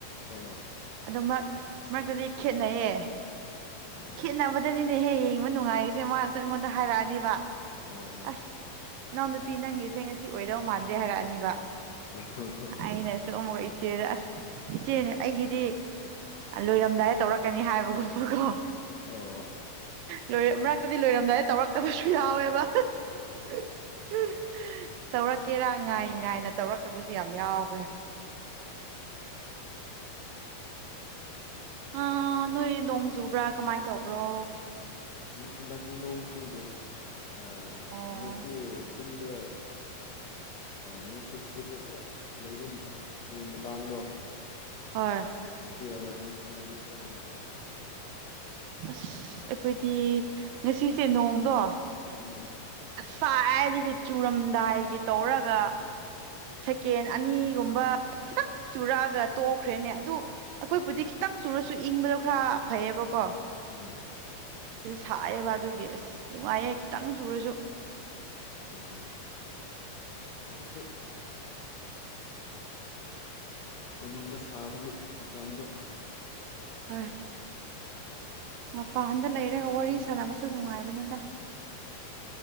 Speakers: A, on the left (about 75°); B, on the right (about 75°).
A: ꯑꯣ
B: ꯑꯗꯨ ꯃꯔ ꯃꯔꯛꯇꯗꯤ ꯈꯦꯠꯅꯩꯌꯦ
A: ꯑꯣ
B: ꯈꯦꯠꯅꯕꯗꯅꯤꯅꯦꯍꯦ ꯌꯦꯡꯕ ꯅꯨꯡꯉꯥꯏꯔꯤꯁꯦ ꯃꯥꯅꯁꯨ ꯑꯩꯉꯣꯟꯗ ꯍꯥꯏꯔꯛꯑꯅꯤꯕ
A: ꯍꯣꯏ ꯍꯣꯏ
B: ꯑꯁ ꯏꯅꯥꯎ ꯅꯨꯄꯤ ꯅꯪꯒꯤꯁꯦ ꯉꯁꯤ ꯑꯣꯏꯗꯧ ꯃꯥꯟꯗꯦ ꯍꯥꯏꯔꯛꯑꯅꯤꯕ
A: ꯑ
B: ꯑꯩꯅꯁꯨ ꯑꯃꯨꯛꯀ ꯏꯆꯦꯗ ꯑꯁ ꯏꯆꯦꯅꯦ ꯑꯩꯒꯤꯗꯤ ꯂꯣꯏꯔꯝꯗꯥꯏꯗ ꯇꯧꯔꯛꯀꯅꯤ ꯍꯥꯏꯕꯒꯨꯝꯕꯀꯣ
A: ꯑꯣ
B: ꯂꯣꯏ ꯃꯔꯛꯇꯗꯤ ꯂꯣꯏꯔꯝꯗꯥꯏ ꯇꯧꯔꯛꯇꯕꯁꯨ ꯌꯥꯎꯋꯦꯕ <unintelligible> ꯇꯧꯔꯛꯀꯦꯔꯥ ꯉꯥꯏ ꯉꯥꯏꯅ ꯇꯧꯔꯛꯇꯕꯁꯨ ꯌꯥꯝ ꯌꯥꯎꯈ꯭ꯔꯦ ꯑ ꯅꯣꯏ ꯅꯣꯡ ꯆꯨꯕ꯭ꯔꯥ ꯀꯃꯥꯏ ꯇꯧꯕ꯭ꯔꯣ
A: ꯎꯝ ꯍꯟꯗꯛꯇꯤ ꯅꯣꯡ ꯆꯨꯗ꯭ꯔꯦ ꯑ
B: ꯑꯣ
A: ꯍꯟꯗꯛꯇꯤ ꯆꯤꯡꯗ ꯅꯨꯡꯁꯤꯠ ꯁꯤꯠꯂ ꯑꯥ ꯂꯩꯕꯒꯤ ꯃꯇꯥꯡꯗꯣ
B: ꯍꯣꯏ
A: <unintelligible> ꯍꯟꯗꯛꯗꯤ ꯈꯔ ꯅꯨꯡꯉꯥꯏꯔꯦ
B: ꯑꯁ ꯑꯩꯈꯣꯏꯗꯤ ꯉꯁꯤꯁꯦ ꯅꯣꯡꯗꯣ
A: ꯎꯝ
B: ꯁꯥꯏꯗꯒꯤ ꯆꯨꯔꯝꯗꯥꯏꯒꯤ ꯇꯧꯔꯒ ꯁꯦꯀꯦꯟ ꯑꯅꯤꯒꯨꯝꯕ ꯈꯤꯇꯪ ꯆꯨꯔꯛꯑꯒ ꯇꯣꯛꯈ꯭ꯔꯦꯅꯦ ꯑꯗꯨ ꯑꯩꯈꯣꯏꯕꯨꯗꯤ ꯈꯤꯇꯪ ꯆꯨꯔꯁꯨ ꯏꯪꯕꯗꯣ ꯈꯔ ꯐꯩꯌꯦꯕꯀꯣ
A: ꯎꯝ
B: ꯁꯥꯏꯌꯦꯕ ꯑꯗꯨꯒꯤ ꯑꯁ ꯅꯨꯡꯉꯥꯏꯌꯦ ꯈꯤꯇꯪ ꯆꯨꯔꯁꯨ
A: ꯑꯣ <unintelligible> ꯃꯅꯨꯡꯗ ꯁꯥꯕꯒꯤ ꯃꯄꯥꯟꯗ
B: ꯍꯣꯏ ꯃꯄꯥꯟꯗ ꯂꯩꯔꯒ
A: ꯉꯥꯏꯍꯥꯛꯇꯪ
B: ꯋꯥꯔꯤ ꯁꯥꯟꯅꯕꯁꯨ ꯅꯨꯡꯉꯥꯏꯕꯅꯤꯗ